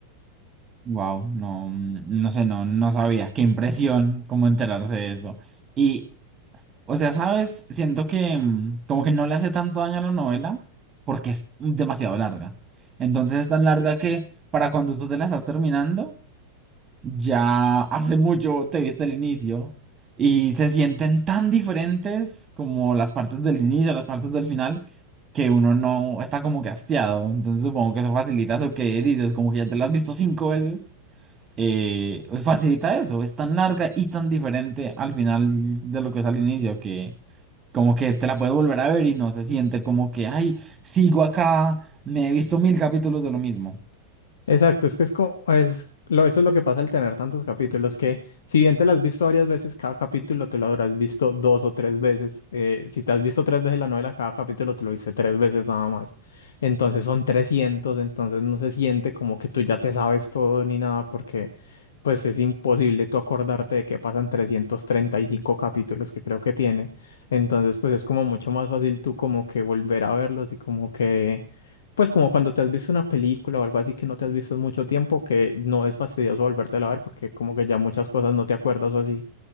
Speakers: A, on the right (about 20°); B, on the left (about 65°).
A: Wow, no, mm, no sé, no, no sabía. Qué impresión, cómo enterarse de eso. Y, o sea, ¿sabes? Siento que mm, como que no le hace tanto daño a la novela porque es demasiado larga. Entonces es tan larga que para cuando tú te la estás terminando, Ya hace mucho te viste el inicio y se sienten tan diferentes como las partes del inicio, las partes del final, que uno no está como que hastiado. Entonces supongo que eso facilita eso que dices, como que ya te lo has visto cinco veces. Eh, pues facilita eso, es tan larga y tan diferente al final de lo que es al inicio que como que te la puedes volver a ver y no se siente como que, ay, sigo acá, me he visto mil capítulos de lo mismo.
B: Exacto, es que es como, es, lo, eso es lo que pasa al tener tantos capítulos, que si bien te lo has visto varias veces, cada capítulo te lo habrás visto dos o tres veces. eh, si te has visto tres veces la novela, cada capítulo te lo viste tres veces nada más. Entonces son trescientos entonces no se siente como que tú ya te sabes todo ni nada, porque pues es imposible tú acordarte de que pasan 335 capítulos que creo que tiene. Entonces pues es como mucho más fácil tú como que volver a verlos y como que pues como cuando te has visto una película o algo así que no te has visto en mucho tiempo, que no es fastidioso volvértela a ver porque como que ya muchas cosas no te acuerdas o así.